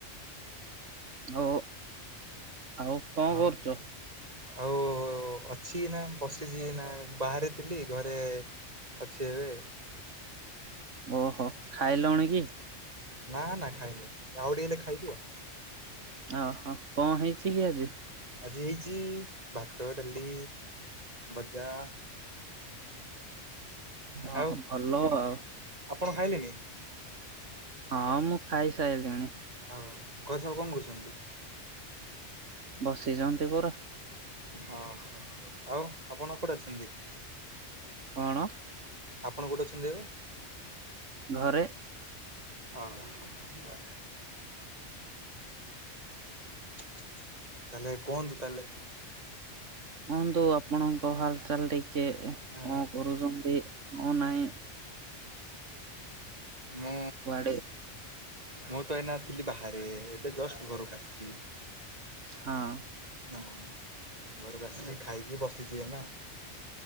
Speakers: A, on the right; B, on the right.
A: ହଉ ଆଉ କଣ
B: ହଁ
A: କରୁଚ?
B: ଆଉ ଅଛି ନା ବସିଚି ନା ବାହାରେ ଥିଲି ଘରେ ଅଛି ଏବେ।
A: ଓହୋ ଖାଇଲୁଣି କି?
B: ନା ନା ଖାଇନି ଆଉ ଟିକେ ହେଲେ ଖାଇବି ଆଉ।
A: ଓହୋ କଣ ହେଇଚି କି ଆଜି?
B: ଆଜି ହେଇଚି ଭାତ ଡାଲି ଭଜା
A: ଓହୋ
B: ଆଉ
A: ଭଲ ଆଉ।
B: ଆପଣ ଖାଇଲେନି?
A: ହଁ ମୁଁ ଖାଇ ସାରିଲିଣି।
B: ଆଉ ଘରେ ସବୁ କଣ କରୁଚନ୍ତି?
A: ବସିଚନ୍ତି ବୋ
B: ଅ ହୋ ଆଉ ଆପଣ କୋଉଠି ଅଛନ୍ତି?
A: କଣ?
B: ଆପଣ କୋଉଠି ଅଛନ୍ତି ଏବେ?
A: ଘରେ।
B: ଓହୋ। ତା ହେଲେ କୁହନ୍ତୁ ତା ହେଲେ
A: କୁହନ୍ତୁ ଆପଣଙ୍କ ହାଲଚାଲ ଟିକେ କଣ
B: ଆ
A: କରୁଛନ୍ତି କଣ ନାହିଁ।
B: ମୁଁ
A: କୁଆଡେ
B: ମୁଁ ତ ଏଇନା ଥିଲି ବାହାରେ ଏବେ ଜଷ୍ଟ ଘରକୁ ଆସିଚି।
A: ହଁ ଆଉ।
B: ହଁ ଘରକୁ ଆସିକି ଖାଇକି ବସିଚି ଏଇନା।